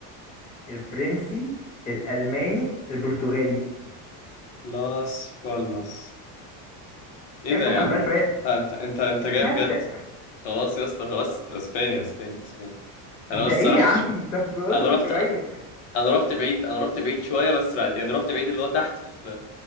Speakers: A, on the left; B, on the left.
A: الفرنسي الالماني البرتغالي
B: لاس بالماس ايه
A: يعني
B: ده
A: فكر
B: يا عم
A: بقى شويه
B: انت انت انت أنت جاي
A: هاتك
B: بجد خلاص يا اسطى خلاص اسبانيا اسبانيا اسبانيا انا
A: انت
B: بس
A: ايه
B: سرحت
A: يا عم
B: شويه
A: طب اصبر
B: انا رحت
A: شويه
B: انا رحت بعيد انا رحت بعيد شويه بس بعد يعني رحت بعيد اللي هو تحت في